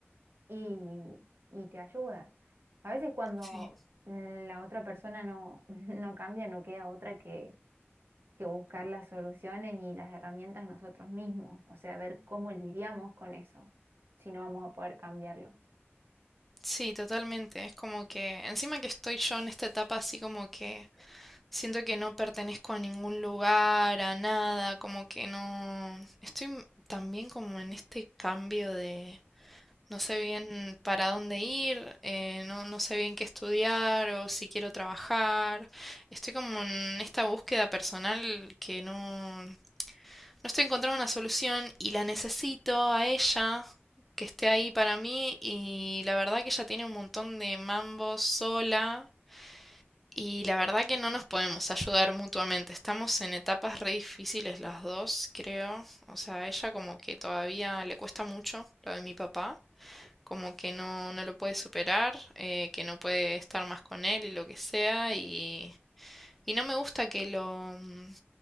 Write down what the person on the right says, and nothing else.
y, y te ayuda. A veces cuando
la otra persona no, <laughs> no cambia, no queda otra que, que buscar las soluciones y las herramientas nosotros mismos, o sea, ver cómo lidiamos con eso, si no vamos a poder cambiarlo.